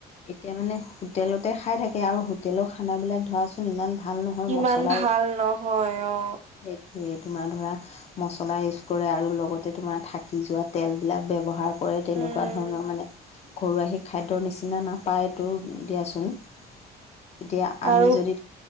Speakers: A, on the left; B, on the right.
A: এতিয়া মানে হোটেলতে খাই থাকে। আৰু হোটেলৰ খানাবিলাক ধৰাচো ন ইমান ভাল নহয়,
B: ইমান
A: মচলাই
B: ভাল নহয় অ
A: সেইটোৱে তোমাৰ ধৰা মচলা ইউজ কৰে, আৰু লগতে তোমাৰ থাকি যোৱা তেলবিলাক ব্যৱহাৰ কৰে। তেনেকুৱা
B: উম
A: ধৰণৰ মানে ঘৰুৱা সেই খাদ্যৰ নিচিনা নাপায়টো দিয়াচোন। এতিয়া আমি
B: আৰু
A: যদি